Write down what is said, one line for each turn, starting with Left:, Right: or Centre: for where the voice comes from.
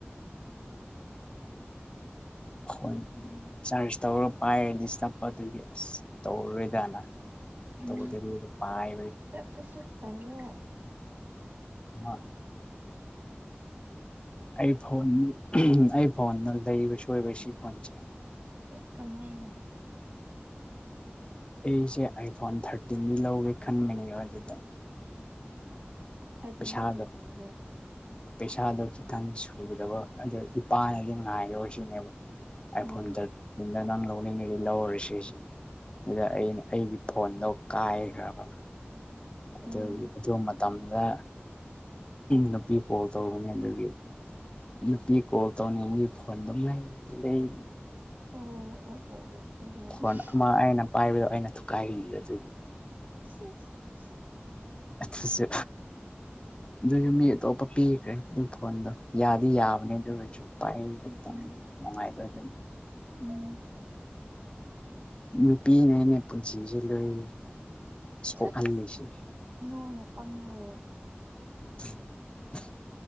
Left: <unintelligible> ꯆꯔꯁ ꯇꯧꯔ ꯄꯥꯏꯔꯗꯤ ꯆꯞꯄ ꯑꯗꯨꯒꯤ ꯑꯁ ꯇꯧꯔꯔꯣꯏꯗꯅ
Right: ꯎꯝ
Left: ꯇꯧꯗꯕꯤ ꯑꯗꯨꯝ ꯄꯥꯏ
Right: ꯆꯠꯄꯁꯨ ꯇꯧꯋꯣ
Left: ꯃ ꯑꯩ ꯐꯣꯟ ꯑꯩ ꯐꯣꯟꯗ ꯂꯩꯕꯁꯣꯏꯕ ꯁꯤ ꯐꯣꯟꯁꯦ
Right: ꯑꯦ ꯀꯃꯥꯏꯅ
Left: ꯑꯩꯁꯦ ꯑꯥꯏꯐꯣꯟ ꯊꯥꯔꯇꯤꯟꯅꯤ ꯂꯧꯒꯦ ꯈꯟꯕꯅꯦꯕ ꯑꯗꯨꯗ
Right: ꯑꯗꯨꯗ
Left: ꯄꯩꯁꯥꯗꯣ
Right: ꯀꯩꯗꯧꯔꯦ
Left: ꯄꯩꯁꯥꯗꯣ ꯈꯤꯇꯪ ꯁꯨꯗꯕ ꯑꯗꯨ ꯏꯄꯥꯅꯗꯤ ꯉꯥꯏꯔꯧꯁꯤꯅꯦꯕ ꯑꯩ
Right: ꯑꯣ
Left: ꯐꯣꯟꯗ ꯊꯔꯠ ꯅꯪ ꯂꯧꯅꯤꯡꯉ ꯁꯤ ꯂꯧꯔꯁꯤꯁꯤꯅꯤ ꯑꯗꯨꯗ ꯑꯩꯅ ꯑꯩꯒꯤ ꯐꯣꯟꯗꯣ ꯀꯥꯏꯈ꯭ꯔꯕ ꯑꯗꯨꯒꯤ
Right: ꯑꯣ
Left: ꯑꯗꯨ ꯃꯇꯝꯗ ꯅꯨꯄꯤ ꯀꯣꯜ ꯇꯧꯕꯅꯤ ꯑꯗꯨꯒꯤ ꯅꯨꯄꯤ ꯀꯣꯜ ꯇꯧꯅꯤꯡꯕꯒꯤ ꯐꯣꯟ ꯑꯗꯨꯝ ꯂꯩ ꯂꯩ
Right: ꯑꯣ ꯑꯣ ꯑꯣ ꯑꯣ
Left: ꯐꯣꯟ
Right: ꯑꯣ
Left: ꯑꯃ
Right: ꯑꯣ
Left: ꯑꯩꯅ ꯄꯥꯏꯕꯗꯣ ꯑꯩꯅ ꯊꯨꯒꯥꯏꯒ ꯑꯗꯨꯒꯤ
Right: <unintelligible>
Left: ꯑꯗꯨꯁꯨ ꯑꯗꯨꯁꯨ ꯃꯤ ꯑꯇꯣꯞꯄ ꯄꯤꯈ꯭ꯔꯦ ꯑꯗꯨ ꯐꯣꯟꯗꯣ ꯌꯥꯗꯤ ꯌꯥꯕꯅꯦ ꯑꯗꯨ ꯑꯣꯏꯔꯁꯨ ꯄꯥꯏ ꯕ
Right: ꯎꯝ
Left: ꯇꯪ ꯅꯨꯡꯉꯥꯏꯕ ꯑꯗꯨꯝ
Right: ꯎꯝ
Left: ꯅꯨꯄꯤꯅꯅꯦ ꯄꯨꯟꯁꯤꯁꯦ ꯂꯣꯏ ꯁꯣꯛꯍꯜꯂꯤꯁꯦ
Right: ꯊꯨꯠ ꯅꯣꯏꯅ ꯄꯪꯉꯒ
Left: <inaudible>